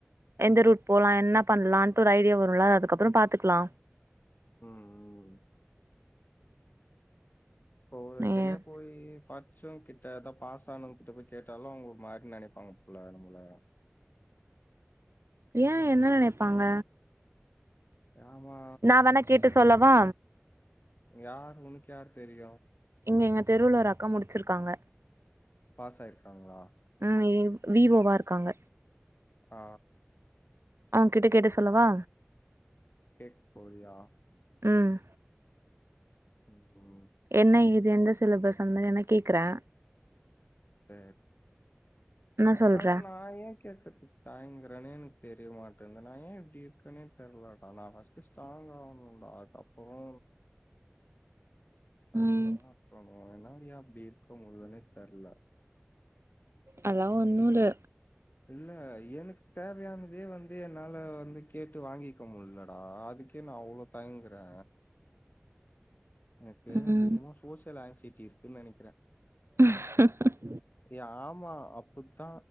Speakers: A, on the right; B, on the left.
A: எந்த ரூட் போலா என்னப்
B: ம்
A: பண்லான்ட்டு ஒரு ஐடியா வருல்லா அது அதுக்கப்றோம் பாத்துக்லா
B: ம் ம் போ எற்கனவேப்
A: ம்
B: போயி பாத் ச்சோங்கிட்ட அதாப் பாஸ் ஆனவங்கிட்ட போய் கேட்டாலு அவுங்க ஒரு மாரி நெனைப்பாங்க போல நம்மள
A: ஏ
B: ம்.
A: என்ன நெனைப்பாங்க
B: யாமா
A: நா வேணா கேட்டு சொல்லவா
B: யாரு உனுக்கு யார் தெரியு
A: இங்க எங்க தெருவுல ஒரு அக்கா முடிச்சிருக்காங்க
B: பாஸாயிருக்காங்ளா
A: ம் இ வி வோ வா இருக்காங்க
B: ஆ
A: அவுங்கிட்டு கேட்டு சொல்லவா
B: கேட் போறியா
A: ம்
B: ம்
A: என்ன ஏது எந்த சிலபஸ் அந் மாரி என்னக் கேக்கறே
B: சேர்
A: என்ன சொல்ற
B: ஆ நா ஏ கேக்கர்துக் தயங்குறேனேனுக் தெரிய மாட்டேந்து நா ஏ இப்டி இருக்கேனேத் தெர்லடா நா ஃபஸ் டுட் ஸ்டாங்காவுனுண்டா அதுக்கப்றோ தைரியமா
A: ம்
B: இருக்கனு என்னாரியா அப்டி இருக்க முல்லனேத் தெர்ல
A: அதலா ஒன்னுல்ல
B: இல்ல எனுக் தேவையானதே வந்து என்னால வந்து கேட்டு வாங்கிக்க முல்லடா அதுக்கே நா அவ்ளோக் தங்குறே எனக்கு
A: ம்
B: அநேகமா சோசியல் ஆசிட்டி இருக்குன் நெனைக்றே
A: ம்ஹு ஹு
B: எ ஆமா அப்புத்தா